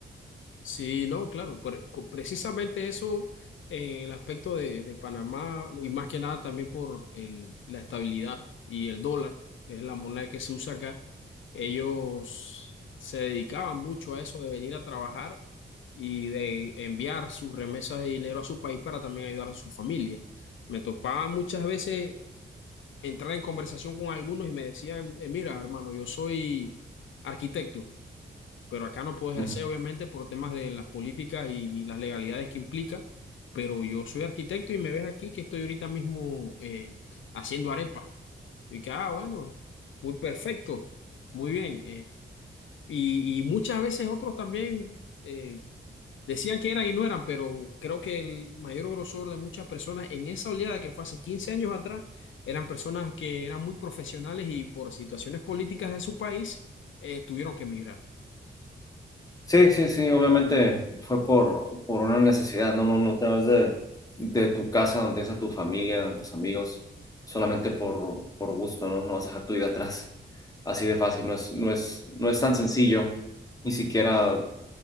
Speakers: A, on the left; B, on the left.
A: Sí, no, claro, por- co- precisamente eso, eh, el aspecto de, de Panamá y más que nada también por el, la estabilidad y el dólar, que es la moneda que se usa acá, ellos se dedicaban mucho a eso de venir a trabajar y de enviar sus remesas de dinero a su país para también ayudar a su familia. Me topaba muchas veces entrar en conversación con algunos y me decían, eh, mira, hermano, yo soy arquitecto pero acá no puedo ejercer,
B: Ujú.
A: obviamente, por temas de las políticas y, y las legalidades que implica, pero yo soy arquitecto y me ves aquí que estoy ahorita mismo eh, haciendo arepas. Y que, ah, bueno, muy perfecto, muy bien. eh, y, y muchas veces otros también eh, decían que eran y no eran, pero creo que el mayor grosor de muchas personas en esa oleada que fue hace 15 años atrás, eran personas que eran muy profesionales y por situaciones políticas de su país, eh, tuvieron que emigrar.
B: Sí, sí, sí, obviamente fue por, por una necesidad, no, no, no te vas de, de tu casa donde tienes a tu familia, a tus amigos, solamente por, por gusto, ¿no? No vas a dejar tu vida atrás. Así de fácil, no es, no es, no es tan sencillo, ni siquiera